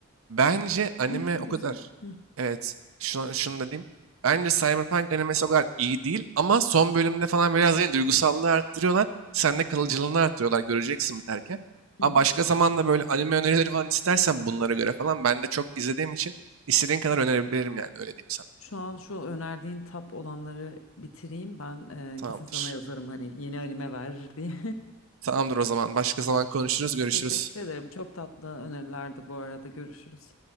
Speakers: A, on the right (about 70°); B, on the left (about 65°).
A: Bence anime
B: İyi,
A: o
B: güzel.
A: kadar.
B: Hı,
A: Evet. Şunu, şunu da diyeyim. Bence Cyberpunk animesi o kadar iyi değil ama son bölümde falan biraz yine duygusallığı arttırıyorlar. Sende kalıcılığını arttırıyorlar göreceksin biterken. Ama
B: hı hı.
A: başka zaman da böyle anime önerileri falan istersen bunlara göre falan ben de çok izlediğim için istediğin kadar önerebilirim yani öyle diyeyim sana.
B: Şu an şu önerdiğin tap olanları bitireyim. Ben e,
A: Tamamdır.
B: kesin sana yazarım hani yeni anime ver diye.
A: Tamamdır o zaman. Başka zaman konuşuruz,
B: <laughs>
A: görüşürüz.
B: Teşekkür ederim. Çok tatlı önerilerdi bu arada. Görüşürüz.